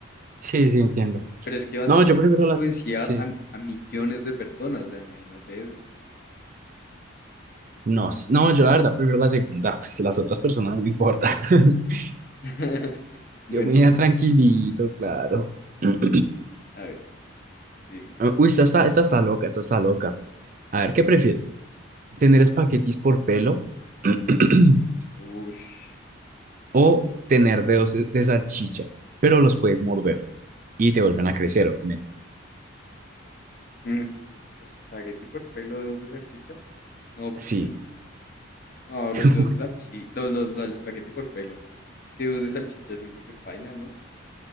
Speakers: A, on the right (about 40°); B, on the left (about 45°).
A: Sí, sí, entiendo.
B: Pero es que vas
A: No,
B: a in-
A: yo prefiero
B: influenciar
A: las, sí.
B: a, a millones de personas, o sea, imagínate eso.
A: No, s- no, yo la verdad prefiero la segunda, pues las otras personas no me importa. <laughs>
B: <laughs> Bueno,
A: Yo me iba
B: pues
A: tranquilito,
B: sí.
A: claro. <clears throat>
B: A ver, dímela.
A: Uy, esta está, esta está loca, esta está loca. A ver, ¿qué prefieres? tener espaguetis por pelo <clears throat>
B: Ush.
A: o tener dedos de de salchicha, pero los puedes morder y te vuelven a crecer, obviamente.
B: Mm, ¿Espagueti por pelo, dedos de salchicha? No,
A: Sí.
B: mm, no, los
A: <laughs>
B: dedos de salchicha, los, los, los, el espagueti por pelo. Es que dedos de salchicha siento que paila, ¿no?